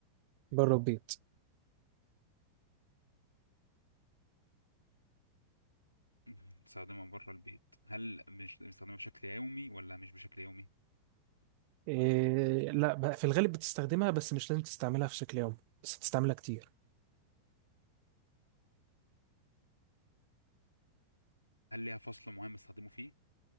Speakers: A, on the right; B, on the left.
A: بره البيت
B: <laughs> بنستخدمها بره البيت هل مش بنستخدمها بشكل يومي ولا مش بشكل يومي؟
A: إيه لا بقى في الغالب بتستخدمها بس مش لازم تستعملها في شكل يومي بس بتستعملها كتير
B: هل ليها فصل معين بنستخدمه فيه؟